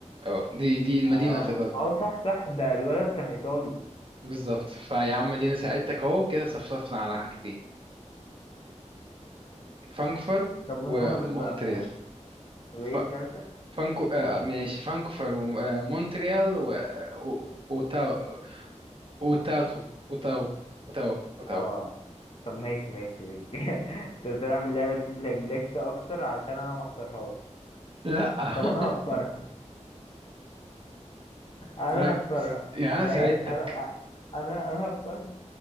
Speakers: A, on the right; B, on the left.
A: اه دي دي مدينة
B: اه
A: في ايطاليا
B: اه صح صح ده الولد كان ايطالي
A: بالظبط فيا عم دينا ساعدتك اهو كده صفصفنا على حاجتين فانكفر
B: طب ونقول
A: ومونتريال
B: بقى من الاول وايه
A: ف...
B: التالتة
A: فانكو آه ماشي فانكفر ومونتريال و... و... وتاو وتاتو وتاو وتاو وتاو
B: اه طب ماشي ماشي ماشي <laughs> انت بتلعب اللعبة دي لجلكت اكتر علشان انا ما اختارهاش
A: لا
B: طب انا
A: <laughs>
B: هختارها انا
A: ركز
B: هختارها
A: يعني انا ساعدتك
B: اي انا انا انا هختارها